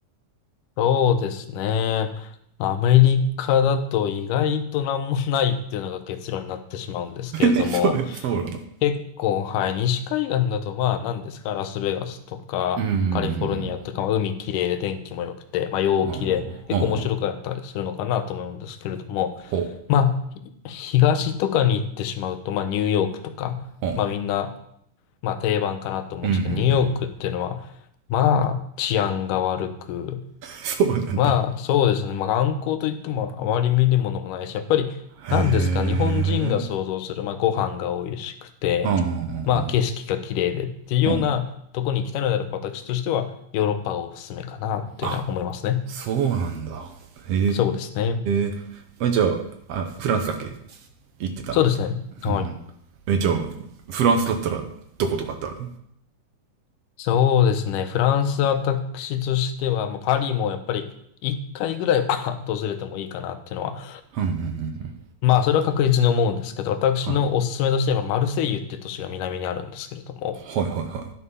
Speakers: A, on the left (about 80°); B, on the right (about 70°).
A: そうですね。アメリカだと意外となんもないっていうのが結論になってしまうんですけれども。
B: え <laughs> そう、<laughs> そうなの。
A: 結構、はい。西海岸だと、まあ、何ですか、ラスベガスとか、
B: うんうん
A: カリフォルニアとか、まあ、海綺麗で天気も良くて、まあ、陽気で、
B: うん。ああ、
A: 結構面白かったりするのかなと思うんですけれども、
B: ほう、ほう、
A: まあ、ひ東とかに行ってしまうと、まあ、ニューヨークとか、
B: ほう。
A: まあ、みんな、まあ、定番かなと思うんですけど、
B: うんうんうん。
A: ニューヨークっていうのは、まあ、治安が悪く、
B: そうなんだ。
A: まあ、そうですね。まあ、観光といってもあまり見るものもないし、やっぱり、
B: へえ。
A: 何ですか、日本人が想像する、まあ、ご飯が美味しくて、
B: うんうんう
A: まあ、
B: ん
A: 景色が綺麗でっていうようなとこに行きたいのであれば、
B: うん
A: 私としては、ヨーロッパがおすすめかなっていうのは思いますね。
B: あ、そうなんだ。へ
A: そうですね。
B: え。え、じゃあ、あ、フランスだっけ行ってたのって。
A: そうですね。はい。
B: うんうん。え、じゃあ、フランスだったら、どことかってある
A: そうですね。フランス、私としては、まあ、パリもやっぱり、一回ぐらいは <laughs> 訪れてもいいかなっていうのは、
B: うんうんうん
A: まあ、それは確実に思うんですけど、私のおすすめとしては、
B: うん。は
A: マルセイユって都市が南にあるんですけれども、
B: い。はいはいはい。